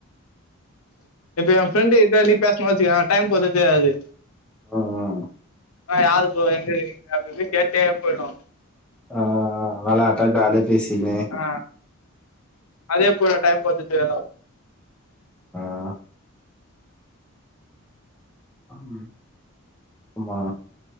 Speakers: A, on the left; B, in the centre.
A: இப்ப என் ஃப்ரெண்டு கிட்ட நீ பேசுன வச்சுக்கய டைம் போர்தே தெரியாது
B: அ அ
A: அ யாரு ப்ரோ எங்க இருக்கீங்க அப்டி இப்டி கேட்டே போயிடுவா
B: அ அ விளாட்டா ஜாலியா பேசிக்கினு
A: அ அதே போல டைம் போது தெரியாது
B: அ அம் ஆமா